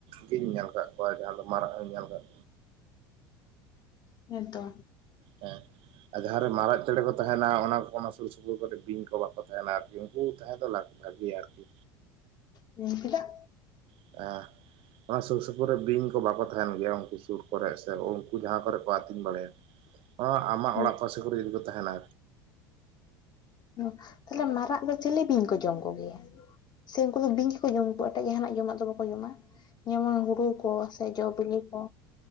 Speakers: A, on the right (about 50°); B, on the left (about 35°).
A: ᱜᱤᱧ ᱧᱮᱞ ᱠᱟᱜ ᱠᱚᱣᱟ ᱡᱟᱦᱟᱸ ᱫᱚ ᱢᱟᱨᱟᱜ ᱦᱚᱧ ᱧᱮᱞ ᱠᱟᱫ
B: ᱦᱮᱸ ᱛᱚ
A: ᱦᱮᱸ ᱟᱨ ᱡᱟᱦᱟᱸ ᱨᱮ ᱢᱟᱨᱟᱜ ᱪᱮᱬᱮ ᱠᱚ ᱛᱟᱦᱮ ᱛᱟᱦᱮᱸᱱᱟ ᱚᱱᱟ ᱠᱚ ᱚᱱᱟ ᱥᱩᱨ ᱥᱩᱯᱩᱨ ᱠᱚᱨᱮ ᱵᱤᱧ ᱠᱚ ᱵᱟᱠᱚ ᱛᱟᱦᱮᱱᱟ ᱟᱨᱠᱤ ᱩᱱᱠᱩ ᱛᱟᱦᱮᱸ ᱫᱚ ᱞᱟᱠ ᱵᱷᱟᱜᱤᱭᱟ ᱟᱨᱠᱤ
B: ᱦᱮᱸ ᱪᱮᱫᱟᱜ?
A: <unintelligible> ᱚᱱᱟ ᱥᱩᱨ ᱥᱩᱯᱩᱨ ᱨᱮ ᱵᱤᱧ ᱠᱚ ᱵᱟᱠᱚ ᱛᱟᱦᱮᱱ ᱜᱮᱭᱟ ᱩᱱᱠᱩ ᱥᱩᱨ ᱠᱚᱨᱮᱜ ᱥᱮ ᱩᱱᱠᱩ ᱡᱟᱦᱟᱸ ᱠᱚᱨᱮ ᱠᱚ ᱟᱹᱛᱤᱧ ᱵᱟᱲᱟᱭᱟ᱾ ᱚᱸ ᱟᱢᱟᱜ
B: ᱩᱸ,
A: ᱚᱲᱟᱜ ᱯᱟᱥᱮ ᱠᱚᱨᱮ ᱡᱩᱫᱤ ᱠᱚ ᱛᱟᱦᱮᱸᱱᱟ᱾
B: ᱚᱸ ᱛᱟᱞᱦᱮ ᱢᱟᱨᱟᱜ ᱫᱚ ᱪᱟᱞᱤ ᱵᱤᱧ ᱠᱚ ᱡᱚᱢ ᱠᱚᱜᱮᱭᱟ? ᱥᱮ ᱩᱱᱠᱩ ᱫᱚ ᱵᱤᱧ ᱠᱩ ᱡᱚᱢ ᱠᱚ ᱟᱛᱮᱜ ᱡᱟᱦᱟᱱᱟᱜ ᱡᱚᱢᱟᱜ ᱫᱚ ᱵᱟᱠᱚ ᱡᱚᱢᱟ ᱡᱮᱢᱚᱱ ᱦᱩᱲᱩ ᱠᱚ ᱥᱮ ᱡᱚ ᱵᱤᱞᱤ ᱠᱚ